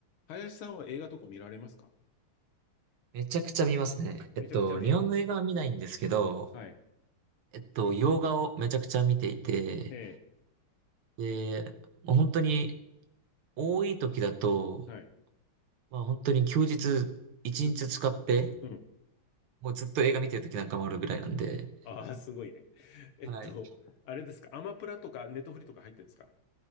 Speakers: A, on the left (about 80°); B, on the right (about 85°).
A: 林さんは映画とか見られますか
B: めちゃくちゃ見ますね。えっと、
A: めちゃくちゃ見る。
B: 日本の映画は見ないんですけど、
A: はい。
B: えっと、洋画をめちゃくちゃ見ていて、
A: え
B: で、もう本当に多い時だと、
A: え。はい。
B: まあ本当に休日一日使って、
A: ずっ、うん。
B: もうずっと映画見てる時なんかもあるぐらいなんで、
A: ああ、すごいね。<laughs> えっと、
B: はい。
A: あれですか、アマプラとかネットフリとか入ってるんですか